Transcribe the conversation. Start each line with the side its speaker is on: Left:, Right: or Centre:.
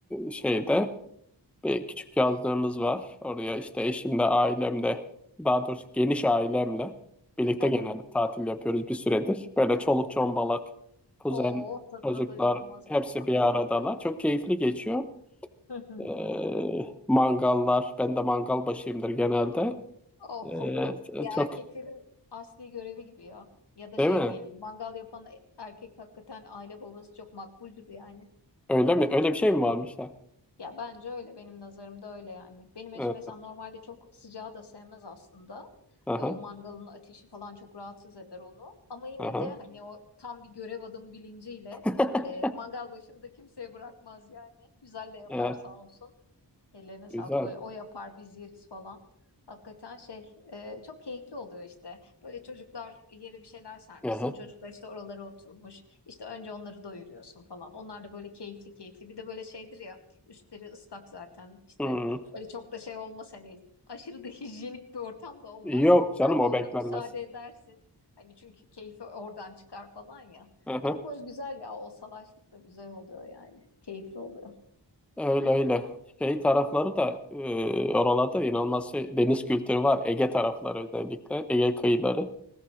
Centre: şeyde
Left: hı hı,
Centre: bir küçük yazlığımız var. Oraya işte eşimle, ailemle, daha doğrusu geniş ailemle birlikte
Left: <laughs>
Centre: genelde tatil yapıyoruz bir süredir. Böyle çoluk çombalak,
Left: hı hı.
Centre: kuzen,
Left: oo tadına
Centre: çocuklar
Left: doyum olmaz
Centre: hepsi
Left: valla
Centre: bir aradalar. Çok keyifli geçiyor.
Left: <laughs>
Centre: Ee, mangallar, ben de mangal başıyımdır genelde.
Left: Of of
Centre: Ee,
Left: of. Ya
Centre: çok
Left: erkeklerin asli görevi gibi ya. Ya da
Centre: değil
Left: şey
Centre: mi?
Left: diyelim, mangal yapan erkek hakikaten aile babası çok makbuldür yani.
Centre: Öyle mi? Öyle bir şey mi varmış? Ha?
Left: Ya bence öyle, benim nazarımda öyle yani. Benim eşim
Centre: Ee,
Left: mesela normalde çok sıcağı da sevmez aslında.
Centre: aha,
Left: E, O mangalın ateşi falan çok rahatsız eder onu. Ama yine
Centre: aha.
Left: de hani o tam bir görev adamı bilinciyle
Centre: <laughs>
Left: e, mangal başında da kimseye bırakmaz yani. Güzel de yapar
Centre: Evet.
Left: sağ olsun. Ellerine
Centre: Güzel.
Left: sağlık böyle o yapar biz yeriz falan. Hakikaten şey e, çok keyifli oluyor işte. Böyle çocuklar yere bir şeyler sermişsin.
Centre: Aha.
Left: Çocuklar işte oralara oturmuş. İşte önce onları doyuruyorsun falan. Onlar da böyle keyifli keyifli. Bir de böyle şeydir ya üstleri ıslak zaten işte
Centre: Hı.
Left: böyle çok da şey olmaz hani aşırı da <laughs> hijyenik bir ortam da olmaz.
Centre: Yok
Left: Sen
Centre: canım o
Left: de ona
Centre: beklenmez.
Left: müsaade edersin. Hani çünkü keyfi oradan çıkar falan ya.
Centre: Aha.
Left: Çok böyle güzel ya o salaşlık da güzel oluyor yani. Keyifli oluyor.
Centre: Öyle öyle. Şey tarafları da e, oralarda inanılmaz şey, deniz kültürü var. Ege tarafları özellikle. Ege kıyıları.